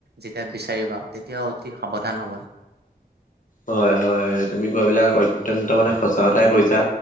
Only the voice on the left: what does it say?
হয় হয় তুমি কোৱা বিলাক অত্যন্ত মানে সঁচা কথাই কৈছা।